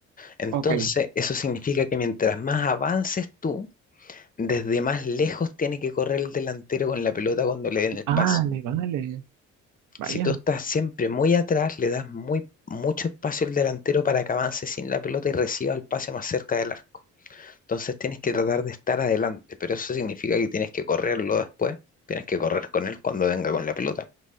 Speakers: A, on the left; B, on the right.
A: Entonces,
B: ok.
A: eso significa que mientras más avances tú, desde más lejos tiene que correr el delantero con la pelota cuando le den el
B: Vale,
A: pase.
B: vale. Vaya,
A: Si tú estás siempre muy atrás, le das muy, mucho espacio al delantero para que avance sin la pelota y reciba el pase más cerca del arco. Entonces tienes que tratar de estar adelante, pero eso significa que tienes que correrlo después, tienes que correr con él cuando venga con la pelota.